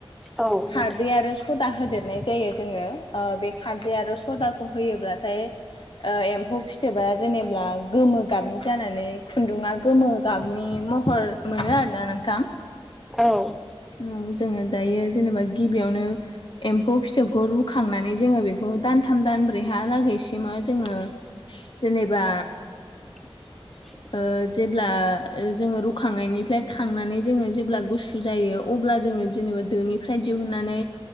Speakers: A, in the centre; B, on the left (about 55°).
A: औ
B: खारदै
A: नोंथां
B: आरो सदा होदेद नाय जायो जोंङो। ओ बे खारदै आरो सदाखौ होयोब्लाथाय ओ एम्फौ फिथोबा आ जेनेब्ला गोमो गाबनि जानानै खुन्दुङा गोमो गाबनि महर मोनो आरोना नोंथां।
A: औ
B: उम जोङो दायो जेनेबा गिबियावनो एम्फौ फिथोबखौ रुखांनानै जोङो बेखौ दानथाम दा नब्रैहा लागैसिमाव जोङो जेनेबा
A: <inaudible>
B: ओ जेब्ला ओ जोङो रुखांनायनिफ्लाय खांनानै जोङो जेब्ला गुसु जायो अब्ला जोङो जेनेबा दोनिफ्राय दिहुननानै